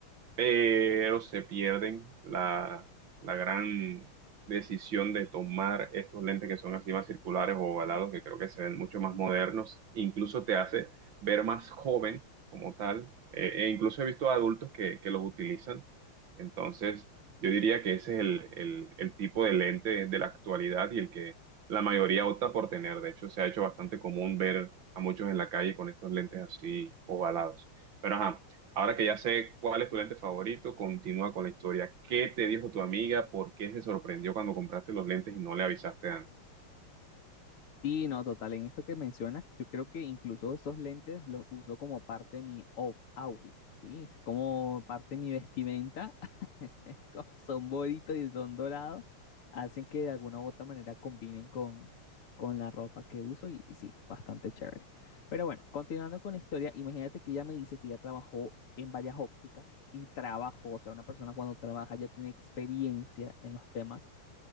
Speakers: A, on the right; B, on the left.
A: pero se pierden la, la gran decisión de tomar estos lentes que son así más circulares o ovalados, que creo que se ven mucho más modernos, incluso te hace ver más joven como tal, eh, e incluso he visto adultos que, que los utilizan, entonces yo diría que ese es el, el, el tipo de lente de la actualidad y el que la mayoría opta por tener, de hecho se ha hecho bastante común ver a muchos en la calle con estos lentes así ovalados. Pero ajá, Ahora que ya sé cuál es tu lente favorito, continúa con la historia. ¿Qué te dijo tu amiga? ¿Por qué se sorprendió cuando compraste los lentes y no le avisaste antes?
B: Sí, no, total, en esto que mencionas, yo creo que incluso esos lentes los uso como parte de mi off- outfit, ¿sí? Como parte de mi vestimenta, <laughs> como son bonitos y son dorados, hacen que de alguna u otra manera combinen con, con la ropa que uso y, y sí, bastante chévere. Pero bueno, continuando con la historia, imagínate que ella me dice que ya trabajó en varias ópticas y trabajó, o sea, una persona cuando trabaja ya tiene experiencia en los temas